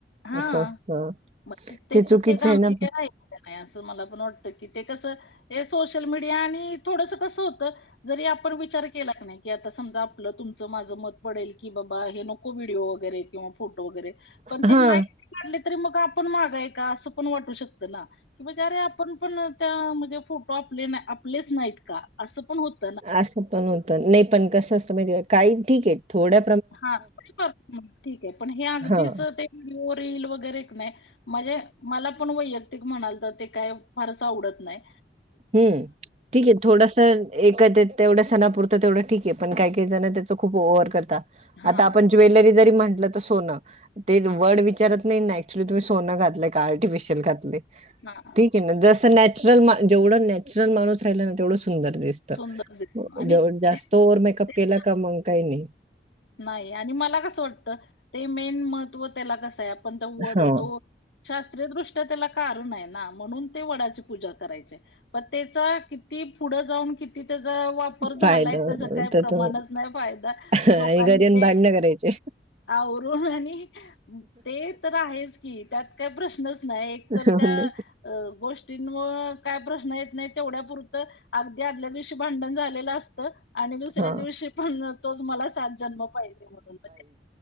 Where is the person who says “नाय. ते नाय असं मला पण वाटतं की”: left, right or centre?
Left